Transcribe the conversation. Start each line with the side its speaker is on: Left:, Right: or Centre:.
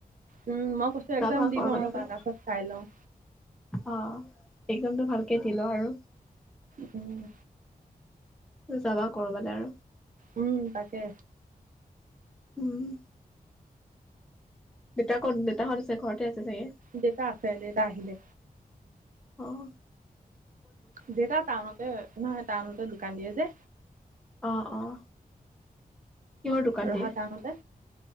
Right: উম, মই কৈছো একজাম
Centre: যাবা
Right: দি
Centre: কৰবালৈ
Right: লওঁ ৰ'বা
Centre: ফুৰিব
Right: তাৰপাছত চাই লওঁ।
Centre: অ' একদমটো ভালকে দিলো আৰু।
Right: উম।
Centre: যাবা কৰবালে আৰু।
Right: উম তাকে।
Centre: উম। দেউতা কত দেতাহঁত আছে ঘৰতে আছে চাগে।
Right: দেউতা আছে, দেউতা আহিলে।
Centre: অঁ।
Right: দেউতা টাউনতে নহয় টাউনতে দোকান দিয়ে যে।
Centre: অ' অ' কিহৰ দোকান
Right: ৰহা
Centre: দিয়ে
Right: টাউনতে